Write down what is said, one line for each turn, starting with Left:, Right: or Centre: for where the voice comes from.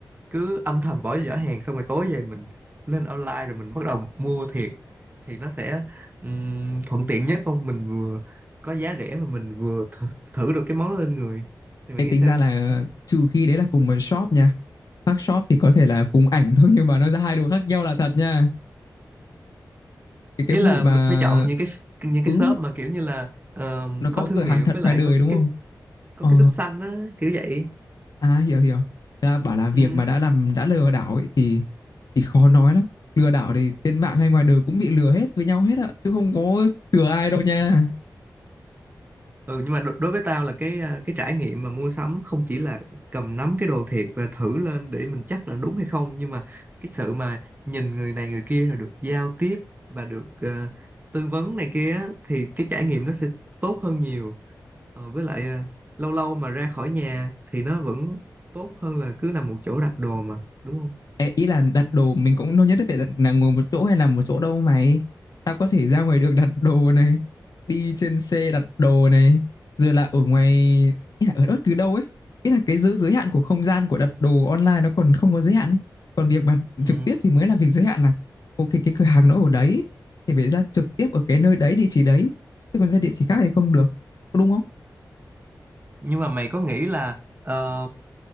Right: cứ âm thầm bỏ giỏ hàng xong rồi tối về mình lên online rồi mình bắt đầu mua thiệt thì nó sẽ ừm, thuận tiện nhất không mình vừa có giá rẻ mà mình vừa th thử được cái món đó lên người thì mày
Left: thế
Right: nghĩ
Left: tính
Right: sao
Left: ra là trừ khi đấy là cùng một shop nha khác shop thì có thể là cùng ảnh thôi nhưng mà nó ra hai đồ khác nhau là thật nha cái
Right: ý
Left: cái vụ
Right: là
Left: mà
Right: mình phải chọn những cái những cái
Left: ừ
Right: shop mà kiểu như là ờ,
Left: nó có
Right: có thương
Left: cửa
Right: hiệu
Left: hàng thật
Right: với lại
Left: ngoài đời
Right: có cái
Left: đúng
Right: cái
Left: không
Right: có
Left: ờ
Right: cái tích xanh á kiểu vậy
Left: À hiểu hiểu. Là bảo là việc
Right: ừ.
Left: mà đã làm đã lừa đảo ấy thì thì khó nói lắm. Lừa đảo thì trên mạng hay ngoài đời cũng bị lừa hết với nhau hết ạ, chứ không có chừa ai đâu nha.
Right: ừ nhưng mà đo- đối với tao là cái à, cái trải nghiệm mà mua sắm không chỉ là cầm nắm cái đồ thiệt và thử lên để mình chắc là đúng hay không nhưng mà cái sự mà nhìn người này người kia rồi được giao tiếp và được ờ, tư vấn này kia á, thì cái trải nghiệm nó sẽ tốt hơn nhiều Ờ, với lại à, lâu lâu mà ra khỏi nhà thì nó vẫn tốt hơn là cứ nằm một chỗ đặt đồ mà đúng không
Left: Ê, ý là đặt đồ mình cũng đâu nhất thiết phải đặt, là ngồi một chỗ hay là một chỗ đâu mày. Tao có thể ra ngoài được đặt đồ này, đi trên xe đặt đồ này, rồi là ở ngoài ý là ở bất cứ đâu ấy. Ý là cái giới giới hạn của không gian của đặt đồ online nó còn không có giới hạn ấy. Còn việc mà
Right: Ừ.
Left: trực tiếp thì mới là việc giới hạn là ok cái cửa hàng nó ở đấy thì phải ra trực tiếp ở cái nơi đấy địa chỉ đấy. Chứ còn ra địa chỉ khác thì không được. Có Đúng không?
Right: nhưng mà mày có nghĩ là ờ,